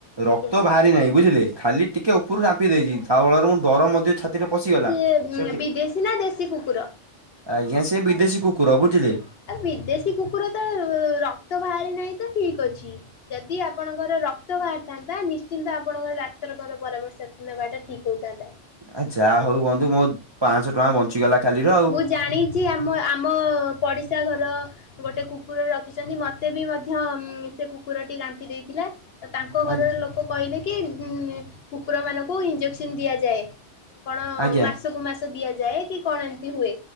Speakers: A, on the right; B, on the left.
A: ରକ୍ତ
B: ଆଜ୍ଞା
A: ବାହାରି ନାହିଁ ବୁଝିଲେ ଖାଲି ଟିକେ ଉପରୁ ରାମ୍ପି ଦେଇଚି ତା ଫଳରେ ମୁଁ ଡର ମଧ୍ୟ ଛାତିରେ ପଶିଗଲା
B: ସିଏ
A: ସେ ଟି-
B: ବିଦେଶୀ ନା ଦେଶୀ କୁକୁର?
A: ଆଜ୍ଞା ସେ ବିଦେଶୀ କୁକୁର ବୁଝିଲେ
B: ଆ ବିଦେଶୀ କୁକୁର ତ ରକ୍ତ ବାହାରି ନାହିଁ ତ ଠିକ୍ ଅଛି। ଯଦି ଆପଣଙ୍କର ରକ୍ତ ବାହାରିଥାନ୍ତା ନିଶ୍ଚିନ୍ତ ଆପଣଙ୍କର ଡାକ୍ତରଙ୍କର ପରାମର୍ଶ ନବାଟା ଠିକ୍ ହୋଉଥାନ୍ତା।
A: ଆ ଯା ହଉ ବନ୍ଧୁ ମୋ ପାଞ୍ଚଶହ ଟଙ୍କା ବଞ୍ଚିଗଲା ଖାଲିର
B: ମୁଁ ଜାଣିଚି ଆମ ଆମ ପଡ଼ିଶା ଘର ଗୋଟେ କୁକୁର ରଖିଚନ୍ତି ମତେ ବି ମଧ୍ୟ ଉଁ ସେ କୁକୁରଟି ରାମ୍ପି ଦେଇଥିଲା ତାଙ୍କ ଘରର
A: ଆଜ୍ଞା
B: ଲୋକ କହିଲେ କି ଉଁ କୁକୁରମାନଙ୍କୁ ଇଞ୍ଜେକ୍ସନ ଦିଆଯାଏ। ସେ କଣ
A: ଆଜ୍ଞା
B: ମାସକୁ ମାସ ଦିଆଯାଏ କି କଣ ଏମିତି ହୁଏ